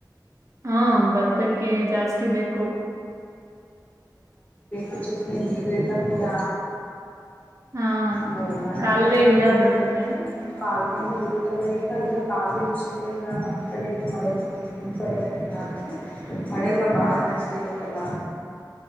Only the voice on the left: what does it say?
ಅ ಜೊತೆ ನೀರು ಎಲ್ಲ ಕೂಡ
ಗೋಡಾನ
ತಗ ಇನ ಮ
ಹ ಕಲ್ ಂದ ಬರುತ್ತಲ್ಲ ಈಗ ಇಲ್ಲ ಕಾ ಬೀಜು ಸ್ವಲ್ಪ ಈಗ ನಮ್ಮ್ ಕಡೆ ಇಲ್ಲ ಮಳೆ ಕಮ್ಮಿ ನಿಮ್ ಕಡೆ ಇಲ್ಲ ಅಂದ್ರೆ ಮಳೆಲ್ಲ ಬಾಳ ಜಾಸ್ತಿ ಇರುತ್ತಲ್ಲ